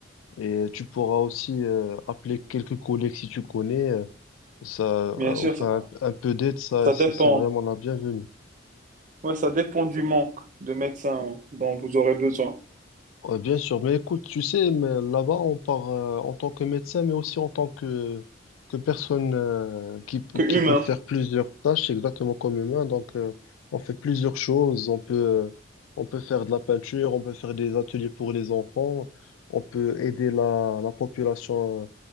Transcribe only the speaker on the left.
Et tu pourras aussi euh, appeler quelques collègues si tu connais. euh, Ça, euh,
enfin,
un, un peu d'aide, ça,
c'est
c'est vraiment la bienvenue.
Ouais, bien sûr, mais écoute, tu sais, mais là-bas, on part euh, en tant que médecin, mais aussi en tant que, que personne euh, qui, peut-
qui
peut faire plusieurs tâches exactement comme humain. Donc, euh, on fait plusieurs choses. On peut, euh, on peut faire de la peinture, on peut faire des ateliers pour les enfants, on peut aider la, la population euh,